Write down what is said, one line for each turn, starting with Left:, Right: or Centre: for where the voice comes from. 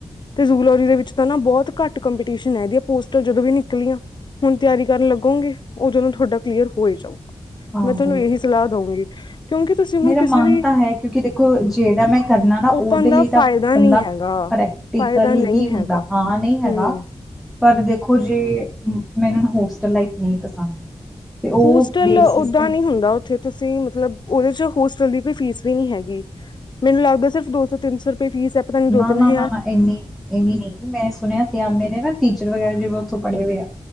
Left: ਤੇ ਯੂਲੋਜੀ ਦੇ ਵਿਚ ਤਾਂ ਨਾ ਬਹੁਤ ਘੱਟ ਕੰਪੀਟੀਸ਼ਨ ਆ ਇਹਦੀਆਂ ਪੋਸਟਾਂ ਜਦੋ ਵੀ ਨਿਕਲੀਆਂ। ਹੁਣ ਤਿਆਰੀ ਕਰਨ ਲੱਗੋਂਗੇ, ਉਹਦੋਂ ਨੂੰ ਤੁਹਾਡਾ ਕਲੀਅਰ ਹੋ ਹੀ ਜਾਊਗਾ,
Centre: ਆਹੋ
Left: ਮੈਂ ਤੁਹਾਨੂੰ ਇਹੀ ਸਲਾਹ ਦਊਂਗੀ। ਕਿਉਂਕਿ ਤੁਸੀਂ ਹੁਣ
Centre: ਮੇਰਾ ਮਨ
Left: ਕਿਸੇ ਵੀ
Centre: ਤਾਂ ਹੈ, ਕਿਉਂਕਿ ਦੇਖੋ ਜਿਹੜਾ ਮੈਂ ਕਰਨਾ ਨਾ ਉਹਦੇ
Left: ਓਪਨ
Centre: ਲਈ
Left: ਦਾ
Centre: ਤਾਂ
Left: ਫਾਇਦਾ
Centre: ਬੰਦਾ,
Left: ਨਹੀਂ ਹੈਗਾ
Centre: ਪ੍ਰੈਕਟੀਕਲ
Left: ਫਾਇਦਾ ਨਹੀਂ
Centre: ਵੀ ਹੁੰਦਾ
Left: ਹੈਗਾ
Centre: ਹਾਂ ਨਹੀਂ ਹੈਗਾ।
Left: ਹਮ
Centre: ਪਰ ਦੇਖੋ ਜੇ ਮੈਨੂੰ ਹੋਸਟਲ ਲਾਈਫ ਨਹੀਂ ਪਸੰਦ। ਤੇ ਉਹ
Left: ਹੋਸਟਲ
Centre: ਬੇਸਿਸ
Left: ਓਦਾਂ
Centre: ਤੇ
Left: ਨੀ ਹੁੰਦਾ ਉੱਥੇ ਤੁਸੀਂ ਮਤਲਬ, ਉਹਦੇ 'ਚ ਹੋਸਟਲ ਦੀ ਕੋਈ ਫੀਸ ਵੀ ਨਹੀਂ ਹੈਗੀ, ਮੈਨੂੰ ਲੱਗਦਾ ਸਿਰਫ ਦੋ ਸੌ ਤਿੰਨ ਸੌ ਰੁਪਏ ਫੀਸ ਹੈ ਪਤਾ ਨੀ
Centre: ਨਾ
Left: ਦੋ ਤਿੰਨ
Centre: ਨਾ
Left: ਹਜ਼ਾਰ
Centre: ਨਾ ਨਾ ਇੰਨੀ ਇੰਨੀ ਨੀ ਮੈਂ ਸੁਣਿਆ ਸੀ ਮੇਰੇ ਨਾ, ਟੀਚਰ ਵਗੈਰਾ ਜਿਵੇਂ ਉੱਥੋਂ ਪੜ੍ਹੇ ਹੋਏ ਆ